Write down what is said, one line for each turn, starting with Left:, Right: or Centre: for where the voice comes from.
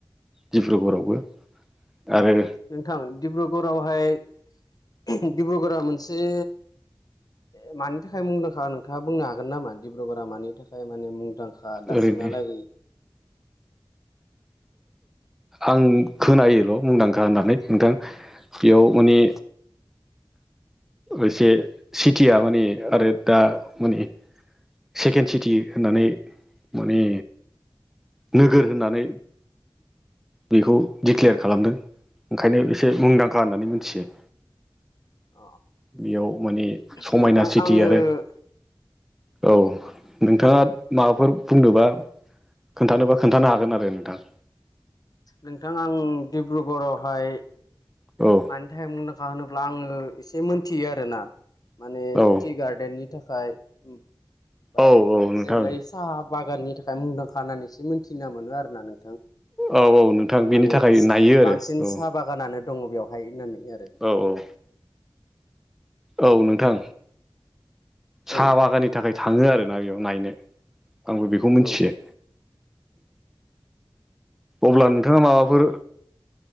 Centre: दिडब्रुगरावबो आरो
Left: नोंथां डिब्रुगरावहाय डिब्रुगरा मोनसे ए मानि थाखाय मुंदांखा नोंथाङा बुंनो हागोन नामा डब्रुगडरा मानि थाखाय माने मुंदांखा दाससिमलागै
Centre: ओरैनो आं खोनायोल' मुंदांखा होननानै नोंथां बेयाव माने एसे सिटिया माने आरो दा माने सेकेन्ड सिटि होननानै माने नोगोर होननानै बेखौ डिक्लयार खालामदों ओंखायनो एसे मुंदांखा होननानै मिथियो
Left: अ
Centre: बेयाव माने समायना
Left: नोंथां
Centre: सिटि
Left: आङो
Centre: आरो औ नोंथाङा माबाफोर बुंनोबा खोन्थानोबा खोनन्थानो हागोन आरो नोंथां
Left: नोंथां आं डिब्रुगऱावहाय
Centre: औ
Left: मानि टाइमखा होनोब्ला आङो एसे मोनथियो आरोना माने
Centre: औ
Left: टि गार्डेननि थाखाय ओमफफ्राय
Centre: औ औ नोंथां
Left: जेब्लाय साहा बागाननि थाखाय मुंदांखा होननानैसो मोनथिना मोनो आरो ना नोंथां
Centre: औ औ नोंथां
Left: माने
Centre: बेनि थाखाय नायो आरो
Left: बांसिन
Centre: औ
Left: साहा बागानानो दङ बेवहाय होननानै आरो
Centre: औ औ औ नोंथां साहा
Left: औ
Centre: बागाननि थाखाय थाङो आरोना बेयाव नायनो आंबो बेखौ मिथियो
Left: औ
Centre: अब्ला नोंथाङा माबाफोर